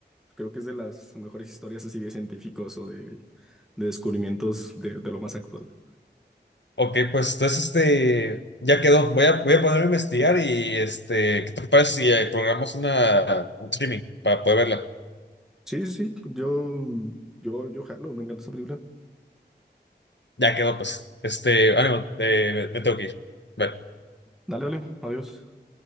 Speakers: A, in the centre; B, on the left.
A: Creo que es de las mejores historias así de científicos o de, de descubrimientos de, de lo más actual.
B: Ok, pues entonces este, ya quedó. Voy a, voy a ponerme a investigar y este, ¿qué te parece si eh, programamos una, un streaming para poder verla?
A: Sí, sí, sí, yo, yo, yo jalo, me encanta esa película.
B: Ya quedó, pues. Este, ánimo, eh, me me tengo que ir. Bye.
A: Dale, dale, adiós.